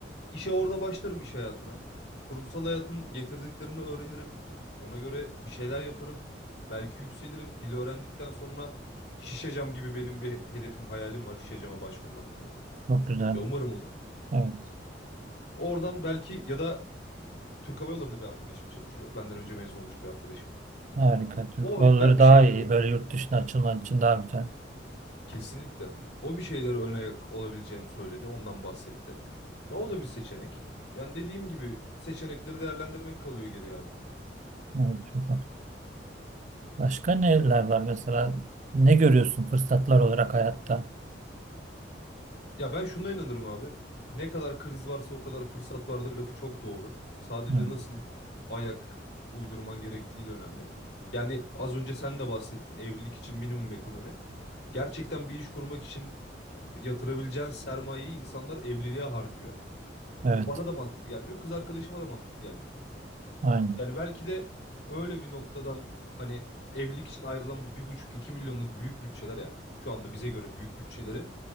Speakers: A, on the left (about 65°); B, on the right (about 40°).
A: İşe orada başlarım iş hayatına. Kurumsal hayatın getirdiklerini öğrenirim. Ona göre bir şeyler yaparım. Belki yükselirim. Dili öğrendikten sonra şişecam gibi benim bir hedefim, hayalim var. Şişecama başvurmak gibi.
B: Çok güzel.
A: Ya umarım olur.
B: Evet.
A: Oradan belki ya da Türk Hava Yolları'nda bir arkadaşım çalışıyor. Benden önce mezun olmuş bir arkadaşım.
B: Harika. Türk
A: O
B: yolları
A: be- bir
B: daha
A: şeyleri
B: iyi. Böyle yurt dışına açılman için daha güzel.
A: Kesinlikle. O bir şeylere ön ayak olabileceğini söyledi. Ondan bahsetti. Ya o da bir seçenek. Yani dediğim gibi seçenekleri değerlendirmek kalıyor geriye abi.
B: Evet. Çok haklı. Başka neler var mesela? Ne görüyorsun fırsatlar olarak hayatta?
A: Ya ben şuna inanırım abi. Ne kadar kriz varsa o kadar fırsat vardır lafı çok doğru. Sadece
B: Evet.
A: nasıl ayak uydurman gerektiği de önemli. Yani az önce sen de bahsettin evlilik için minimum ekonomi. Gerçekten bir iş kurmak için yatırabileceğin sermayeyi insanlar evliliğe harcıyor.
B: Evet.
A: Bu bana da mantıklı gelmiyor, kız arkadaşıma da mantıklı gelmiyor.
B: Aynen.
A: Yani belki de öyle bir noktadan hani evlilik için ayrılan bu bir buçuk iki milyonluk büyük bütçeler ya şu anda bize göre büyük bütçeleri